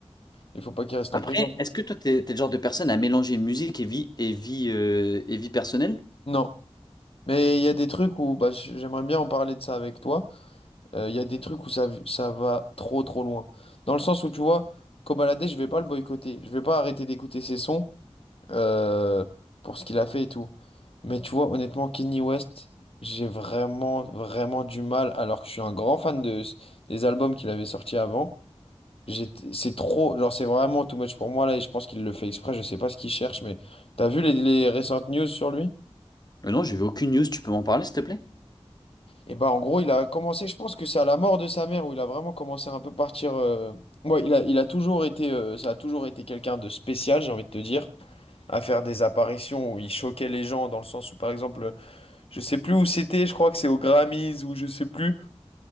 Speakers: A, on the left; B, on the left.
A: il faut pas qu'il reste en
B: Après,
A: prison.
B: est-ce que toi, t'es, t'es le genre de personne à mélanger musique et vie et vie, euh, et vie personnelle?
A: Non. Mais il y a des trucs où bah, j- j'aimerais bien en parler de ça avec toi. Euh, Il y a des trucs où ça, v- ça va trop trop loin. Dans le sens où tu vois, Kobalade, je vais pas le boycotter. Je vais pas arrêter d'écouter ses sons. euh, pour ce qu'il a fait et tout. Mais tu vois, honnêtement, Kenny West, j'ai vraiment, vraiment du mal, alors que je suis un grand fan de, des albums qu'il avait sortis avant. J'étais- C'est trop, genre, c'est vraiment too much pour moi là, et je pense qu'il le fait exprès, je sais pas ce qu'il cherche, mais t'as vu les, les récentes news sur lui?
B: Euh, non, j'ai vu aucune news, tu peux m'en parler, s'il te plaît?
A: Et bah, en gros, il a commencé, je pense que c'est à la mort de sa mère où il a vraiment commencé à un peu partir. euh, Ouais, il a, il a toujours été, euh, ça a toujours été quelqu'un de spécial, j'ai envie de te dire, à faire des apparitions où il choquait les gens, dans le sens où, par exemple, Je sais plus où c'était, je crois que c'est aux Grammys ou je sais plus,